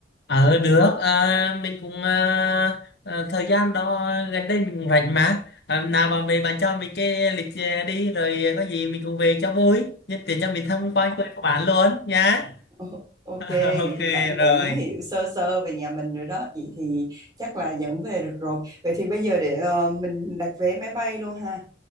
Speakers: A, on the left (about 60°); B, on the right (about 20°).
A: Ờ được à, mình cũng à, à, thời gian đó gần đây mình cũng rảnh mà à, nào bạn về bạn cho mình cái lịch à, đi rồi có gì mình cùng về cho vui nhân tiện cho mình tham
B: Ờ,
A: quan quê của bạn luôn nhá.
B: ờ, Ok,
A: <laughs>
B: vậy
A: ok
B: thì bạn cũng
A: rồi.
B: hiểu sơ sơ về nhà mình rồi đó. Vậy thì chắc là dẫn về được rồi. Vậy thì bây giờ để ờ, mình đặt vé máy bay luôn ha.